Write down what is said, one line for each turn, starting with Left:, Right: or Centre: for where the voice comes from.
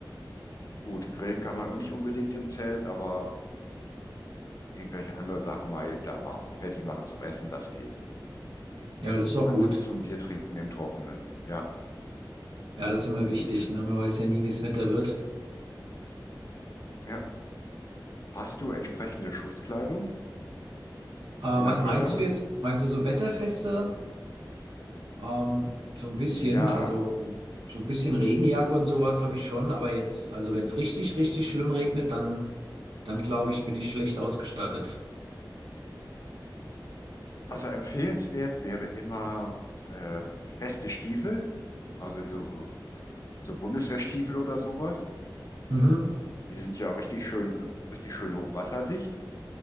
Left: Gut, grillen kann man auch nicht unbedingt im Zelt, aber irgendwelche anderen Sachen mal eben da wa- fertig machen zum Essen, das geht.
Right: Ja, das
Left: Und
Right: ist doch
Left: man
Right: gut.
Left: sitzt zum Bier trinken im Trockenen. Ja,
Right: Ja, das ist immer wichtig,
Left: gut.
Right: ne? Man weiß ja nie, wie das Wetter wird.
Left: Ja. Hast du entsprechende Schutzkleidung,
Right: Äh, was
Left: je nach Wetter?
Right: meinst du jetzt? Meinst du so Wetterfeste? Ähm, so ein bisschen,
Left: Ja,
Right: also so ein bisschen Regenjacke und sowas habe ich schon, aber jetzt, also wenn es richtig, richtig schlimm regnet, dann, dann glaube ich, bin ich schlecht ausgestattet.
Left: also empfehlenswert wäre immer äh, feste Stiefel, also so, so Bundeswehrstiefel oder sowas.
Right: Mhm.
Left: Die sind ja richtig schön, äh, richtig schön hochwasserdicht.